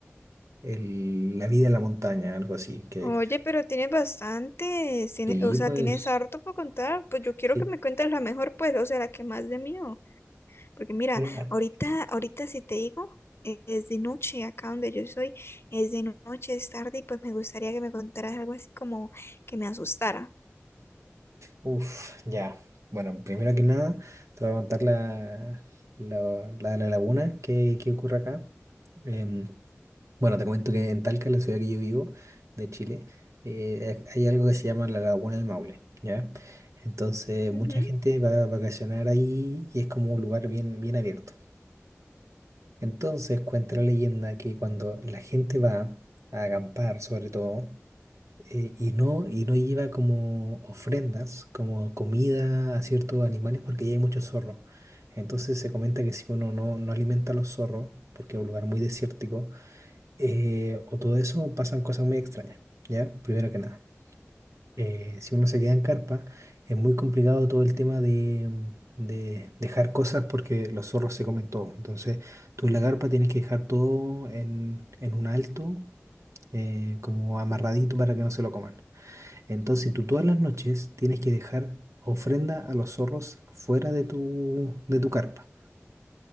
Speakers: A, on the right (about 80°); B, on the left (about 55°).
A: el- La vida en la montaña, algo así. Que,
B: Oye,
A: que-
B: pero tienes bastante, tiene-
A: Sí,
B: o sea,
A: pues.
B: tienes harto para contar. Pues yo quiero
A: sí.
B: que me cuentes la mejor, pues, o sea, la que más de mí. Porque mira,
A: Bueno, ah,
B: ahorita,
A: sí.
B: ahorita si te digo, eh, es de noche acá donde yo soy, es de noche, es tarde y pues me gustaría que me contaras algo así como que me asustara.
A: Uf, ya. Bueno, primero que nada, te voy a contar la, la, la de la laguna que, que ocurre acá. Em, Bueno, te comento que en Talca, la ciudad que yo vivo, de Chile, eh, hay algo que se llama la Laguna del Maule, ¿ya? Entonces,
B: Ujú.
A: mucha gente va a vacacionar ahí y es como un lugar bien, bien abierto. Entonces, cuenta la leyenda que cuando la gente va a acampar, sobre todo, eh, y no, y no lleva como ofrendas, como comida a ciertos animales, porque ya hay muchos zorros. Entonces, se comenta que si uno no, no alimenta a los zorros, porque es un lugar muy desértico, eh, o todo eso, pasan cosas muy extrañas, ¿ya? Primero que nada. Eh, si uno se queda en carpa, es muy complicado todo el tema de, de dejar cosas porque los zorros se comen todo. Entonces, tú en la carpa tienes que dejar todo en, en un alto, eh, como amarradito para que no se lo coman. Entonces, tú todas las noches tienes que dejar ofrenda a los zorros fuera de tu, de tu carpa.